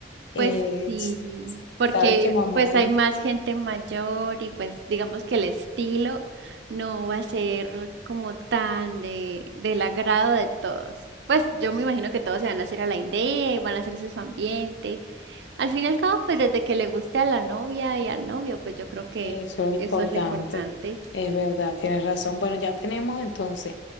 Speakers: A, on the right; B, on the left.
A: Pues
B: Eh,
A: sí,
B: s-
A: porque
B: sabes que mamá
A: pues hay más gente mayor y pues digamos que el estilo no va a ser como tan de, del agrado de todos. Pues yo me imagino que todos se van a hacer a la idea y van a hacerse su ambiente. Al fin y al cabo, pues desde que le guste a la novia y al novio, pues yo creo que
B: Eso es lo importante,
A: eso es lo importante.
B: es verdad, tienes razón. Bueno, ya tenemos entonces